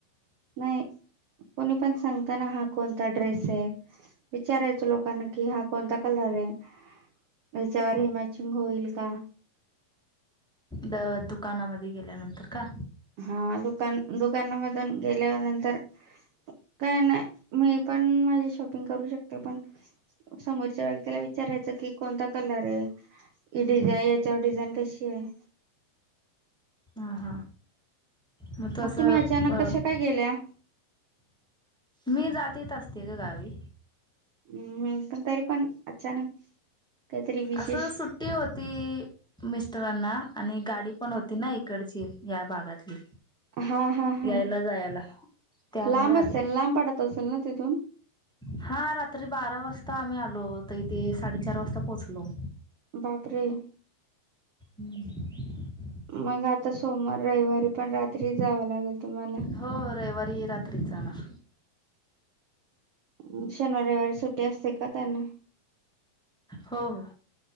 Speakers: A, on the right; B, in the centre.
A: नाही कोणी पण सांगताना हा कोणता ड्रेस आहे विचारायचो लोकांना कि हा कोणता कलर त्याच्यावर हिमाचिंग होईल का
B: द दुकानामध्ये गेल्यानंतर का
A: हा लुकान दुकानामधून गेल्यावर नंतर काय नाही मी पण माझी शॉपिंग करू शकते पण समोरच्या वेक्तीला विचारायचं कि कोणता कलर आहे ही डिझाई याच्यावर डिझाईन कशी आहे?
B: हा-हा. म तस
A: मग तुम्ही
B: अं
A: अचानक कशा काय गेल्या
B: मी जात येत असते ग गावी.
A: हम्म. हं पण तरी पण अचानक काहीतरी विशेष
B: असं सुट्टी होती मिस्टरांना आणि गाडी पण होती ना एक कडची या भागातली.
A: हा ह- हं-हं.
B: यायला जायला त्यामुळे
A: लांब
B: आले
A: असेल लांब पडत असेल ना तिथून?
B: हा रात्री बारा वाजता आम्ही आलो, तर इथे साडेचार वाजता पोहोचलो.
A: बापरे
B: हम्म.
A: मग आता सोमवार रविवारी पण रात्री जावं लागेल. तुम्हाला
B: हो रविवारी रात्री जाणार.
A: अं शनवार रविवारी सुट्टी असते का त्यांना?
B: हो-हो.